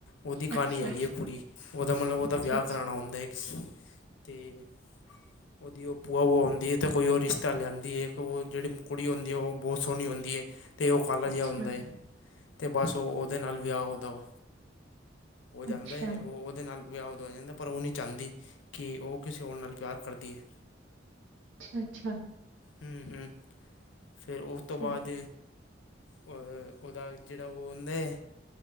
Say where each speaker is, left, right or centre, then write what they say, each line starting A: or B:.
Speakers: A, on the left; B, on the right.
A: ਉਹਦੀ ਕਹਾਣੀ
B: ਅੱਛਾ
A: ਹੈਗੀ ਹੈ ਪੂਰੀ ਉਹਦਾ ਮਤਲਬ
B: ਅੱਛਾ
A: ਉਹਦਾ ਵਿਆਹ
B: ਅੱਛਾ
A: ਕਰਾਉਣਾ ਹੁੰਦਾ ਐ। ਤੇ‌। ਉਹਦੀ ਬੁਆ ਹੋਆ ਹੋਆ ਹੋਂਦੀ ਹੈ ਤੇ ਉਹ ਕੋਈ ਰਿਸ਼ਤਾ ਲਿਆਂਦੀਏ ਉਹ ਜਿੜੀ ਕੁੜੀ ਉਹ ਬਹੁਤ ਸੋਹਣੀ ਹੋਂਦੀ ਏ। ਤੇ ਉਹ ਕਾਹਲਾ
B: ਅੱਛਾ
A: ਜਿਹਾ ਹੁੰਦਾ ਏ ਤੇ ਬਸ ਉਹ ਉਹਦੇ ਨਾਲ ਵਿਆਹ ਹੋਦਾ। ਉਹ ਜਾਂਦਾ
B: ਅੱਛਾ
A: ਏ ਹੋਰ। ਉਹਦੇ ਨਾਲ ਵਿਆਹ ਹੋ ਜਾਂਦਾ ਪਰ ਉਹ ਨਹੀਂ ਚਾਹੁੰਦੀ, ਕਿ ਉਹ ਕਿਸੇ ਹੋਰ ਨਾਲ ਪਿਆਰ ਕਰਦੀ ਏ।
B: ਅੱਛਾ ਅੱਛਾ,।
A: ਹੂੰ ਹੂੰ ਤੇ ਉਸ ਤੋਂ
B: ਫਿਰ
A: ਬਾਅਦ। ਹੂੰ ਉਹਦਾ ਜਿਹੜਾ ਉਹ ਹੌਂਦਾ ਐ।